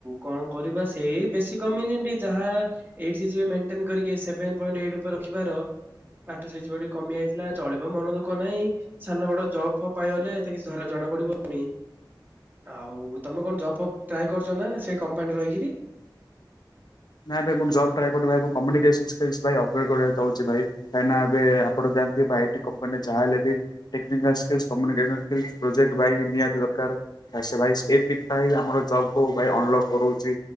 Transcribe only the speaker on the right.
କଣ କରିବା ସେଇ ବେଶୀ କମ୍ୟୁନିଟି ଯାହା ଏଇଠି ଯିଏ ମେନ୍ଟେନ କରିକି ସେଭେନ ପଏଁଟ ଏଇଟି ଉପରେ ରଖିବାର ଆଠସ ହେଇଯିବ ଟିକେ କମିଯାଇଥିଲା ଚଳିବ ମନ ଦୁଃଖ ନହିଁ। ସାନ ବଡ ଜବ୍ ଫବ୍ ପାଇଗଲେ ହେତା କିଛି ଜଣା ପଡିବନି। ଆଉ ତୁମେ କଣ ଜବ୍ ଫବ୍ ଟ୍ରାଏ କରୁଛ ନା ସେ କମ୍ପାନୀରେ ରହିକିରି।